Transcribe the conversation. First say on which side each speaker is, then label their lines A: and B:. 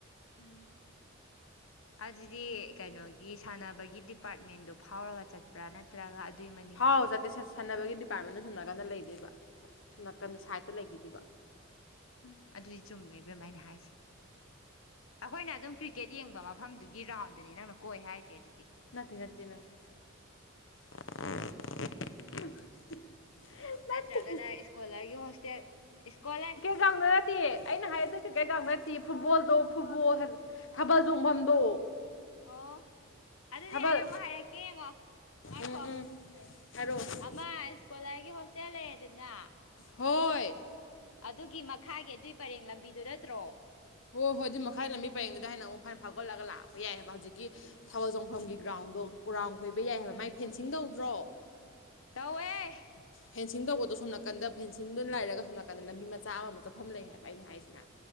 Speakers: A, on the left; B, on the left.
A: ꯎꯝ ꯑꯗꯨꯗꯤ ꯀꯩꯅꯣꯒꯤ ꯁꯥꯟꯅ ꯕꯒꯤ ꯗꯤꯄꯥꯔꯠꯃꯦꯟꯗꯨ ꯐꯥꯎꯔꯒ ꯆꯠꯄ꯭ꯔꯥ ꯅꯠꯇ꯭ꯔꯒ ꯑꯗꯨꯏ ꯃꯅꯤꯡꯗꯔꯥ
B: ꯐꯥꯎ ꯆꯠꯇꯦ ꯁꯥꯟ- ꯁꯥꯟꯅꯕꯒꯤ ꯗꯤꯄꯥꯔꯠꯃꯦꯟꯅ ꯁꯨꯝꯅꯥꯀꯟꯗ ꯂꯩꯗꯣꯏꯕ ꯁꯨꯡꯝꯅꯥꯀꯟ ꯁꯥꯏꯗꯠꯇ ꯂꯩꯈꯤꯗꯕ
A: ꯎꯝ ꯑꯗꯨꯗꯤ ꯆꯨꯝꯃꯦ ꯕꯦꯝꯃ ꯑꯩꯅ ꯍꯥꯏꯁꯦ ꯑꯩꯈꯣꯏꯅ ꯑꯗꯨꯝ ꯀ꯭ꯔꯤ ꯀꯦꯠ ꯌꯦꯡꯕ ꯃꯐꯝꯗꯨꯒꯤ ꯔꯥꯎꯟꯗꯨꯅꯦ ꯅꯪꯅ ꯀꯣꯏ ꯍꯥꯏꯔꯤꯖꯦ ꯑꯗꯨꯗꯤ
B: ꯅꯠꯇꯦ ꯅꯠꯇꯦ ꯅꯠꯇꯦ <unintelligible>
A: ꯅꯠꯇ꯭ꯔꯒꯅ
B: ꯅꯠꯇꯦ
A: ꯏꯁꯀꯣꯂꯔꯒꯤ ꯍꯣꯁꯇꯦꯜ ꯏꯁꯀꯣꯂꯔ
B: ꯇ꯭ꯔꯪꯗ ꯅꯠꯇꯤꯌꯦ ꯑꯩꯅ ꯍꯥꯏꯔꯖꯨ ꯀ ꯀꯩꯡꯕ ꯅꯠꯇꯦ ꯐꯨꯠꯕꯣꯜꯗꯣ ꯐꯨꯠꯕꯣꯜ ꯊꯕꯜ ꯆꯣꯡꯐꯝꯗꯣ
A: ꯑꯣ ꯑꯗꯨꯗꯤ
B: ꯊꯥꯕꯜ
A: ꯑꯩꯅ ꯑꯃꯨꯛ ꯍꯥꯏꯔꯛꯀꯦ ꯌꯦꯡꯉꯣ ꯉꯥꯏꯈꯣ
B: ꯎꯝ ꯎꯝ ꯍꯥꯏꯔꯛꯑꯣ
A: ꯃꯥ ꯁꯀꯣꯂꯔꯒꯤ ꯍꯣꯁꯇꯦꯜ ꯂꯩꯔꯦꯗꯨꯅ
B: ꯍꯣꯏ
A: ꯑꯗꯨꯒꯤ ꯃꯈꯥꯒꯤ ꯑꯗꯨꯏ ꯄꯔꯦꯡ ꯂꯝꯕꯤꯗꯨ ꯅꯠꯇ꯭ꯔꯣ
B: ꯍꯣꯏ ꯍꯣꯏ ꯑꯗꯨꯗꯤ ꯃꯈꯥꯏ ꯂꯝꯕꯤ ꯄꯔꯦꯡꯗꯨꯗ ꯍꯥꯏꯅ ꯑꯃꯨꯛ ꯐꯅ ꯐꯥꯎꯒꯠꯂꯒ ꯂꯥꯛꯄ ꯌꯥꯏ ꯍꯥꯢꯕ ꯍꯧꯖꯤꯛꯀꯤ
A: ꯎꯝ
B: ꯊꯕꯜ ꯆꯣꯡ ꯐꯝꯒꯤ ꯒ꯭ꯔꯥꯎꯟꯗꯣ ꯀꯨꯔꯥꯎꯟ ꯀꯣꯏꯕ ꯌꯥꯏ ꯍꯥꯏꯕ
A: ꯈꯪꯉꯦ
B: ꯃꯥꯏ ꯐꯦꯟꯁꯤꯡ
A: ꯈꯪꯉꯦ
B: ꯇꯧꯗ꯭ꯔꯣ
A: ꯇꯧꯋꯦ
B: ꯐꯦꯟꯁꯤꯡ ꯇꯧꯕꯗꯣ ꯁꯣꯝ ꯅꯥꯀꯟꯗ ꯐꯦꯟꯁꯤꯡꯗꯣ ꯂꯩꯔꯒ ꯁꯣꯝ ꯅꯥꯀꯗ ꯂꯝꯕꯤ ꯃꯆꯥ ꯑꯃꯃꯨꯛ ꯆꯠꯐꯝ ꯂꯩ ꯍꯥꯏꯕ ꯑꯩꯅ ꯍꯥꯏꯖꯤꯅ